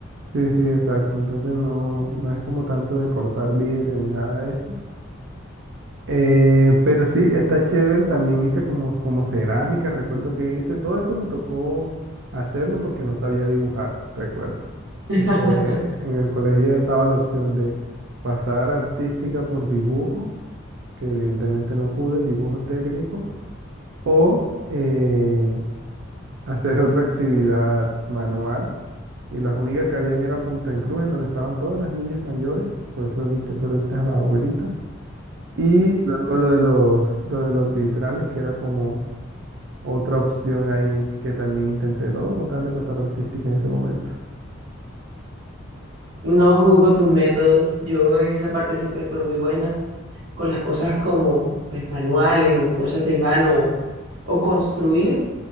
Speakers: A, on the right; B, on the right.
A: Sí, sí, exacto. Entonces no, no es como tanto de cortar vidrio ni nada de eso. Eh, pero sí, está chévere. También hice como, como cerámica, recuerdo que hice. Todo eso me tocó hacerlo porque no sabía dibujar, recuerdo.
B: <laughs>
A: Porque en el colegio estaba la opción de pasar artística por dibujo, que evidentemente no pude, dibujo técnico, o eh, hacer otra actividad manual. Y las únicas que habían era Punta en Cruz, en donde estaban todas las niñas mayores, por eso, viste, eso le gusta a las abuelitas. Y luego lo de los, lo de los vitrales, que era como otra opción ahí que también intenté todo con tal de pasar artística en ese momento.
B: No juzgo tus métodos, yo en esa parte siempre fui muy buena con las cosas como pues manuales o cosas de mano o construir,